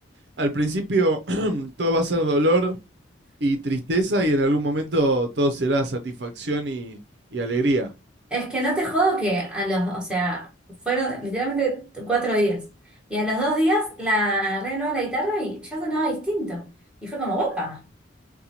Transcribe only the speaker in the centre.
Es que no te jodo que a los, o sea, fueron literalmente cuatro días. Y a los dos días la agarré de nuevo la guitarra y ya sonaba distinto. Y fue como, guapa